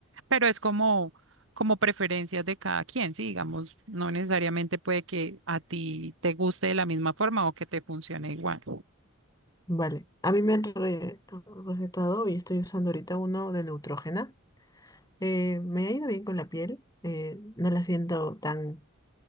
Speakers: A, on the right; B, on the left.
A: Pero es como, como preferencias de cada quien, sí, digamos, no necesariamente puede que a ti te guste de la misma forma o que te funcione igual.
B: Vale. A mí me han re- recetado y estoy usando ahorita uno de Neutrogena. Eh, me ha ido bien con la piel. eh, no la siento tan,